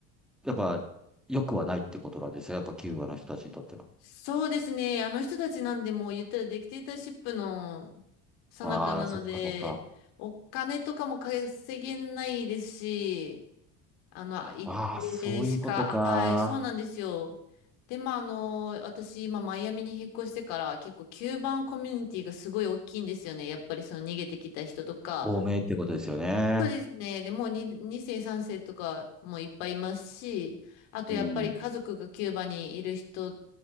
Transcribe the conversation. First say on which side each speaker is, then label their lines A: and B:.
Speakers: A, in the centre; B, on the left.
A: やっぱ、良くはないってことなんですよ。やっぱキューバの人たちにとっては。
B: そうですね。あの人たちなんでもう言ったらディクテーターシップの最中なので、
A: ああ、そっかそっか。
B: お金とかも稼げないですし、あの、一定しか、
A: ああ、そういうことか。
B: はい、そうなんですよ。で、まあ、あの、私、今、マイアミに引っ越してから、結構、キューバンコミュニティがすごい大きいんですよね。やっぱり、その、逃げてきた人とか。
A: 亡命ってことですよね。
B: そうですね。で、もう2、2世、3世とかもいっぱいいますし、あと、
A: うん。
B: やっぱり、家族がキューバにいる人